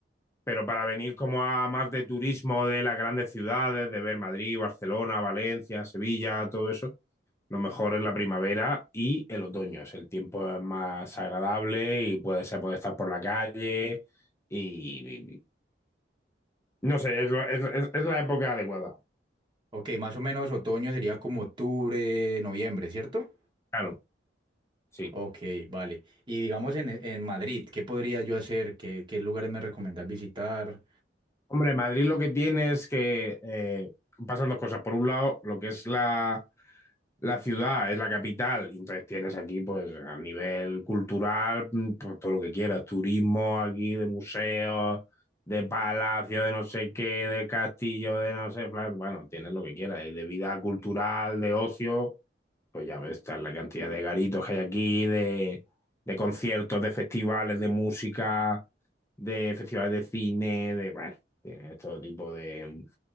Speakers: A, on the left; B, on the right.
A: Pero para venir como a más de turismo de las grandes ciudades, de ver Madrid, Barcelona, Valencia, Sevilla, todo eso, lo mejor es la primavera y el otoño. Es el tiempo es más agradable y puede, se puede estar por la calle y, y- no sé, es, lo- es- es- es la época adecuada.
B: Ok, más o menos otoño sería como octubre, noviembre, ¿cierto?
A: Claro, sí.
B: Ok, vale. Y digamos en, en Madrid, ¿qué podría yo hacer? ¿Qué, qué lugares me recomendás visitar?
A: Hombre, Madrid lo que tiene es que eh, pasan dos cosas. Por un lado, lo que es la, la ciudad, es la capital, y entonces tienes aquí, pues, a nivel cultural, mm, pues, todo lo que quieras, turismo aquí, de museos, de palacios, de no sé qué, de castillo, de no sé, fla- bueno, tienes lo que quieras, y de vida cultural, de ocio. Pues ya ves, está la cantidad de garitos que hay aquí, de, de conciertos, de festivales de música, de festivales de cine, de, bueno, tiene todo tipo de...